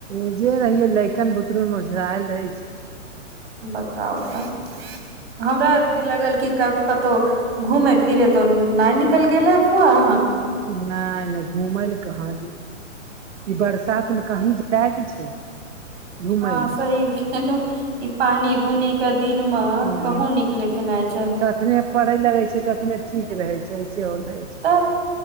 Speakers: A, on the right (about 65°); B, on the right (about 50°).
A: ऐजे रहिये लैकन बुतरू मे ओझरायल रहै छी
B: बताउ तऽ हमरा आरके लगल कि क तो घूमे फिरे तो न निकल गेलै फुआ अहाँ
A: नय नय घुम लए कहाँ जाइए ई बरसात मे कहीं जाय के छै घुमय
B: हँ सही
A: लए
B: केहलो ई पानी बुनी के दिन मे
A: तऽ
B: कहूं निकले के नै छै
A: कखने पड़े लगे छै कखने ठीक रहे छै ऐसे हो रहे छै
B: तऽ